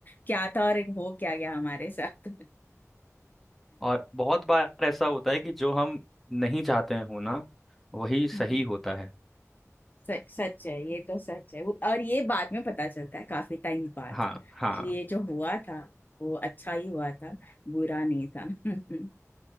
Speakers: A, on the left (about 35°); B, in the centre.
A: क्या था और एक हो क्या गया हमारे साथ
B: और बहुत बार ऐसा होता है कि जो हम नहीं चाहते हैं होना वही सही
A: <laughs>
B: होता है
A: सच सच है ये तो सच है और ये बाद में पता चलता है काफी टाइम बाद
B: हाँ हाँ
A: कि ये जो हुआ था वो अच्छा ही हुआ था बुरा नहीं था <laughs>